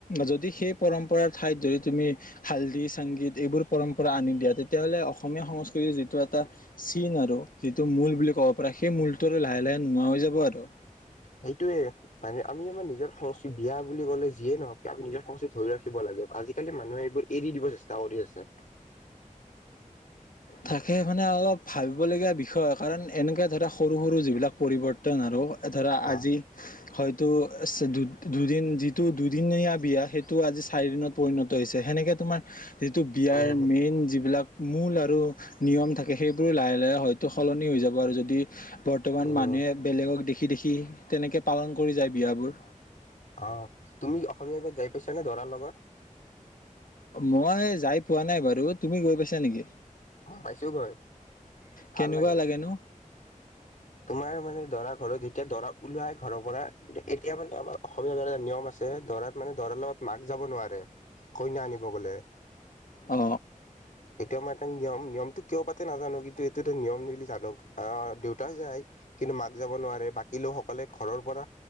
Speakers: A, on the left; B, on the left.
A: যদি সেই পৰম্পৰাৰ ঠাইত জড়িত তুমি হাল্দি সংগীত এইবোৰ পৰম্পৰা আনি দিয়া তেতিয়াহ'লে অসমীয়া সংস্ক কৃতি যিটো এটা চিন আৰু যিটো মূল বুলি ক'ব পৰা সেই মূল টো লাহে লাহে নোহোৱা হৈ যাব আৰু ত
B: সেইটোৱে মানে আমি আমাৰ নিজৰ সংস্কৃতি বিয়া বুলি কলে যিয়ে নহওক আমি নিজৰ সংস্কৃতি ধৰি ৰাখিব লাগে আজিকালি মানুহে এইবোৰ এৰি দিব চেষ্টা কৰি আছে
A: থাকে মানে অলপ ভাবিবলগীয়া বিষয় কাৰণ এনেকৈ ধৰা সৰু সৰু যিবিলাক পৰিৱৰ্তন আৰু ধৰা
B: আহ
A: আজি হয়তো দুদিন যিটো দুদিনীয়া বিয়া সেইটো তো আজি চাৰিদিনত পৰিণত হৈছে সেনেকে তোমাৰ যিটো বিয়াৰ
B: উম
A: মেইন যিবিলাক মূল আৰু নিয়ম থাকে সেইবোৰো লাহে হয়তো সলনি হৈ যাব আৰু যদি বৰ্তমান
B: উম
A: মানুহে বেলেগক দে খি দেখি তেনেকৈ পালন কৰি যায় বিয়াবোৰ
B: অহ তুমি অসমীয়া বিয়াত যাই পাইছানে দৰাৰ লগত
A: মই যাই পোৱা নাই বাৰু তুমি গৈ পাইছা নেকি
B: ম পাইছো বাৰু
A: কেনেকুৱা
B: ভাল লাগে
A: লাগেনো
B: তোমাৰ মানে দৰা ঘৰত যেতিয়া দৰা ওলাই ঘৰৰ পৰা এতিয়া মানে আমাৰ অসমীয়া এটা নিয়ম আছে দৰা মানে দৰাৰ লগত মাক যাব নোৱাৰে কইনা আনিব গ'লে
A: অ
B: এতিয়া মানে নিয়ম নিয়মটো কিয় পাতে নাজানো কিন্তু এইটোতো নিয়ম বুলি জানো আহ দেউতাক যায় কিন্তু মাক যাব নোৱাৰে বাকী লোকসকলে ঘৰৰ পৰা